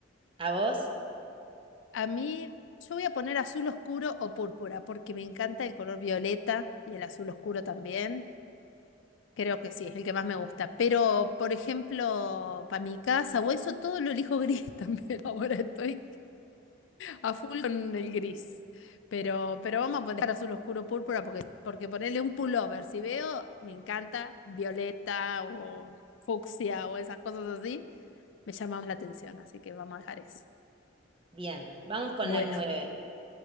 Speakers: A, on the right (about 30°); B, on the left (about 75°).
A: ¿A vos?
B: A mí, yo voy a poner azul oscuro o púrpura porque me encanta el color violeta y el azul oscuro también. Creo que sí, es el que más me gusta. Pero, por ejemplo, para mi casa o eso, todo lo elijo gris <laughs> también. Ahora estoy a full con el gris. Pero, pero vamos a poner azul oscuro púrpura porque, porque ponerle un pullover, si veo, me encanta violeta o fucsia o esas cosas así, me llama más la atención. Así que vamos a dejar ese.
A: Bien. Vamos con
B: Bueno.
A: la nueve.